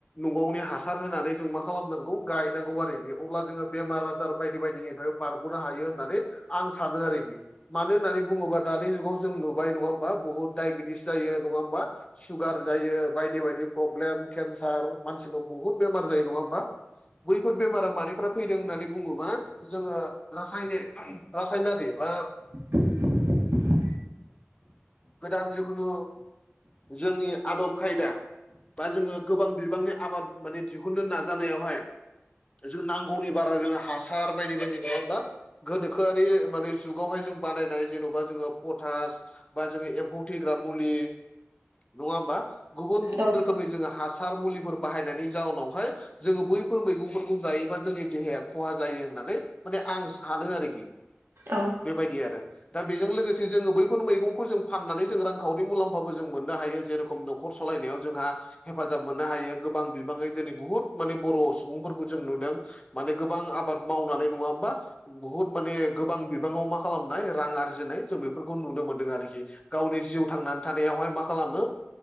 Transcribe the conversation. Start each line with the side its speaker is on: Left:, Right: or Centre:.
Left: न'आवनि हासार होनानै जों मा खालामनांगौ गायनांगौ आरोखि अब्ला जोङो बेमार आजार बायदि बायदिनिफ्राय बारग'नो हायो होननानै आं सानो आरोखि मानो होननानै बुङोब्ला दानि जुगाव जों नुबाय नङा होमबा बहुत दायबेटिस जायो नङा होमबा सुगार जायो बायदि बायदि प्रब्लेम केन्सार मानसिनाव बुहुत बेमार जायो नङा होमबा बैफोर बेमारा मानिफ्राय फैदों होननानै बुङोबा जोङो रासायनिक रासायनारि बा
Right: <inaudible>
Left: गोदान जिखुनु जोंनि आदब खायदा बा जोङो गोबां बिबांनि आबाद माने दिहुननो नाजानायावहाय जों नांगौनि बारा जोङो हासार बायदि बायदि नङा होमबा गोनोखोआरि माने जुगावहाय जों बानायनाय जेन'बा जोङो पटास बा जोङो एम्फौ फोथैग्रा मुलि नङा होमबा गुबुन गुबुन
Right: औ
Left: रोखोमनि जोङो हासार मुलिफोर बाहायनायनि जाउनावहाय जोङो बैफोर मैगंफोरखौ जायोबा जोंनि देहाया खहा जायो होननानै माने आं सानो आरोखि
Right: औ
Left: बेबायदि आरो दा बेजों लोगोसे जोङो बैफोर मैगंखौ जों फाननानै जों रांखावरि मुलाम्फाबो जों मोननो हायो जे रखम न'खर सालायनायाव जोंहा हेफाजाब मोननो हायो गोबां बिबाङै दिनै बुहुद माने बर' सुबुंफोरखौ जों नुदों माने गोबां आबाद मावनानै नङा होमबा बुहुद माने गोबां बिबाङाव मा खालामनाय रां आरजिनाय जों बेफोरखौ नुनो मोनदों आरोखि गावनि जिउ थांनानै थानायावहाय मा खालामो